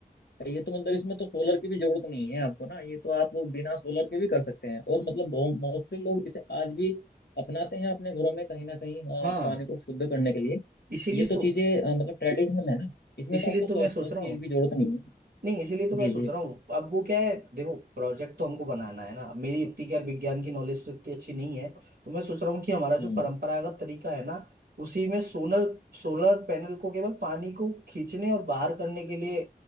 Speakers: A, on the left; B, on the right.
A: ये तो मतलब इसमें तो सोलर की भी जरूरत नहीं है आपको ना ये तो आप बिना सोलर के भी कर सकते हैं और मतलब मोस्टली लोग इसे आज भी अपनाते हैं अपने घरों में कहीं ना कहीं हाँ,
B: हाँ
A: पानी को शुद्ध करने के लिए
B: इसीलिए
A: ये तो
B: तो
A: चीजें अ, मतलब ट्रेडिशनल है ना इसमें
B: इसीलिए
A: तो आपको सल-
B: तो मैं सोच
A: उसकी
B: रहा हूँ
A: भी जरूरत नहीं है
B: नहीं इसीलिए तो मैं
A: जी
B: सोच
A: जी
B: रहा हूँ अब वो क्या है देखो प्रोजेक्ट तो हमको बनाना है ना अब मेरी इतनी खैर विज्ञान की नॉलेज तो इतनी अच्छी नहीं है तो मैं सोच रहा हूँ कि हमारा
A: हम्म
B: जो परंपरागत तरीका है ना उसी में सोलर सोलर पैनल को केवल पानी को खींचने और बाहर करने के लिए